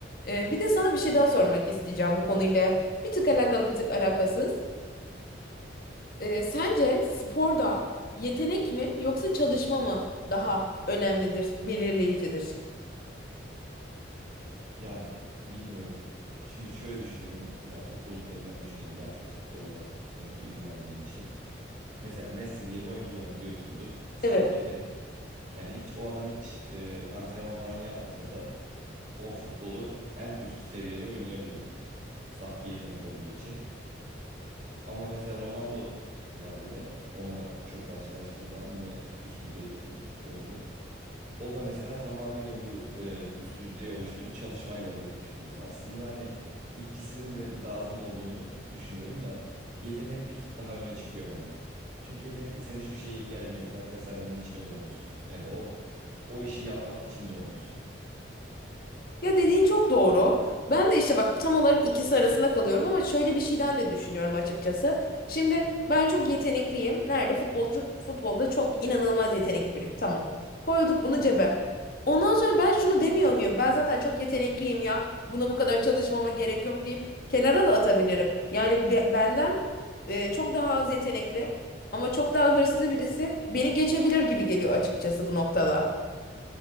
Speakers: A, on the left; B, on the right.
A: E, bir de sana bir şey daha sormak isteyeceğim bu konuyla. Bir tık alakalı, bir tık alakasız. Ee, sence sporda yetenek mi yoksa çalışma mı daha önemlidir, belirleyicidir?
B: Yani bilmiyorum. Şimdi şöyle düşüneyim. Mesela futbol üzerinden düşüneyim. Daha çok futbolla e, ilgilendiğim için. Mesela Messi diye bir oyuncu var biliyorsundur. Saf
A: Evet.
B: yetenek. Yani hiç o adam hiç e, antrenman falan yapmasa da o futbolu en üst seviyede oynayabiliyor. Saf bir yetenek olduğu için. Ama mesela Ronaldo var bir de. Onunla çok karşılaştırılan yine üst düzey bir futbolcu. O da mesela tamamıyla bu e, üst düzey oluşunu çalışmayla elde etmiş birisi. Aslında hani ikisinin de lazım olduğunu düşünüyorum da yetenek bir tık daha öne çıkıyor bende. Çünkü yetenekliysen hiçbir şeye ihtiyacın yok. Zaten sen onun içine doğmuşsun. Yani o o işi yapmak için doğmuşsun.
A: Ya dediğin çok doğru. Ben de işte bak tam olarak ikisi arasında kalıyorum ama şöyle bir şeyden de düşünüyorum açıkçası. Şimdi ben çok yetenekliyim. Nerede? Futbolcu, futbolda çok inanılmaz yetenekli biriyim. Tamam. Koyduk bunu cebe. Ondan sonra ben şunu demiyor muyum? Ben zaten çok yetenekliyim ya. Buna bu kadar çalışmama gerek yok deyip kenara da atabilirim. Yani be- benden e, çok daha az yetenekli. Ama çok daha hırslı birisi beni geçebilir gibi geliyor açıkçası bu noktada.